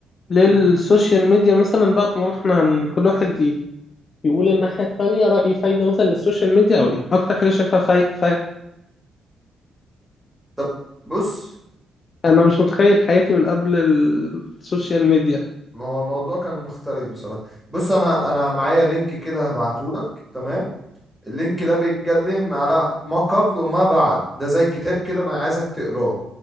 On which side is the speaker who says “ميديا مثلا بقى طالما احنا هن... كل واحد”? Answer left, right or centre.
Left